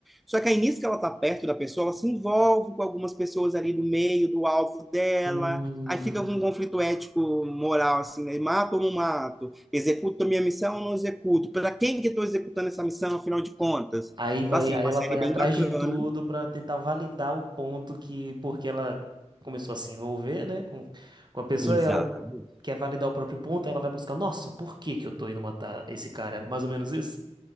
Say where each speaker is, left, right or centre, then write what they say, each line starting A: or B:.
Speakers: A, in the centre; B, on the right.
A: Só que aí nisso que ela está perto da pessoa, ela se envolve com algumas pessoas ali do meio, do alvo dela.
B: Hum,
A: Aí fica com um conflito ético, moral, assim, né? Mato ou não mato? Executo a minha missão ou não executo? Para quem que estou executando essa missão, afinal de contas?
B: aí vai,
A: Então, assim,
B: aí
A: uma
B: ela
A: série
B: vai
A: bem
B: atrás
A: bacana.
B: de tudo pra tentar validar o ponto que, porque ela começou a se envolver, né, com, com a pessoa,
A: Exatamente,
B: e ela quer validar o próprio ponto, ela vai buscar, nossa, por que que eu tô indo matar esse cara? É mais ou menos isso?